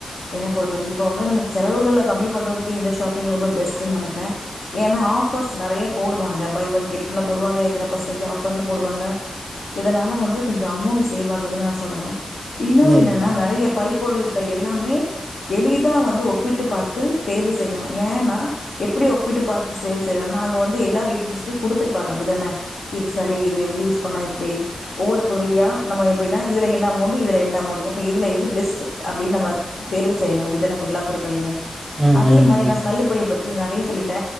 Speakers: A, on the left; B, on the right.
A: என்ன பொறுத்தவரைக்கு இப்போ வந்து நமக்கு செலவுகள்ல கம்மி பண்றதுக்கு இந்த ஷாப்பிங் ரொம்ப பெஸ்ட்டுன் நெனைப்ப ஏனா ஆஃபர்ஸ் நெறைய போடுவாங்க பை ஒன் கெட்ல போடுவாங்க இத்தன பர்சன்டேஜ் ஆஃபர்ன்னு போடுவாங்க இதனால வந்து கொஞ்சோ அமௌண்ட்டு சேவ் ஆகுதுன்னு நா சொல்லுவே இன்னொரு
B: ம்,
A: என்னன்னா
B: ம்.
A: நெறைய பல் பொருள்கள் எல்லாமே எளிதா வந்து ஒப்பிட்டு பார்த்து தேர்வு செய்யலா ஏன்னா எப்டி ஒப்பிட்டு பார்த்து சேர்வு செய்லானா அது வந்து எல்லா டீட்டெயில்சுமே குடுத்துருப்பாங்க அப்டிதான இது சரி இது இது யூஸ் பண்ணா இப்டி ஒவ்வொரு பொருளியா நம்ம எப்டின்னா இதுல என்ன அமௌண்டு இதுல என்ன அமௌண்டு அப்ப இதுல எது பெஸ்ட்டு அப்டின் நம்ம தேர்வு செய்லா அப்டிதான இப்ப எல்லா பொருட்களியுமே
B: ம்,
A: அதே
B: ம்.
A: மாரி நா ஸ்மெல்லு படிய பத் து நெறைய சொல்லிட்ட